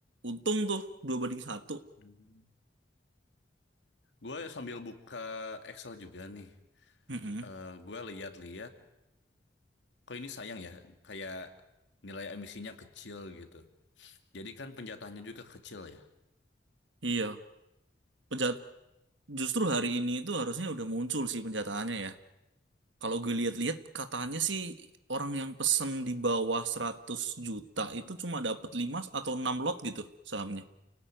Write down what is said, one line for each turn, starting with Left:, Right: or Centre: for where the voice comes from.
Right: untung tuh dua banding satu.
Left: Hmm. gue sambil buka Excel juga nih
Right: Mm-mm.
Left: Eh gue lihat-lihat kok ini sayang ya, kayak nilai emisinya kecil gitu. Jadi kan penjatahannya juga kecil ya.
Right: Iya. Penjat justru hari ini itu harusnya udah muncul sih penjataannya ya. Kalau gue lihat-lihat katanya sih orang yang pesen di bawah seratus juta itu cuma dapat 5 atau 6 lot gitu sahamnya.